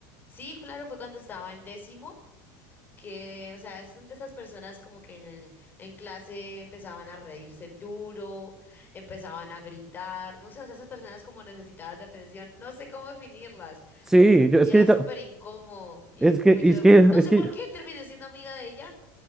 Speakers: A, on the left; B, in the centre.
A: Sí, claro, fue cuando estaba en décimo, que, o sea, son de esas personas como que en, en clase empezaban a reírse duro, empezaban a gritar, no sé, o sea, esas personas como necesitadas de atención, no sé cómo definirlas.
B: Sí, yo,
A: Y
B: es
A: era
B: que yo
A: súper
B: ta-
A: incómodo. Y
B: Es que,
A: pues
B: es
A: yo,
B: que,
A: no
B: es
A: sé
B: que,
A: por qué, terminé siendo amiga de ella.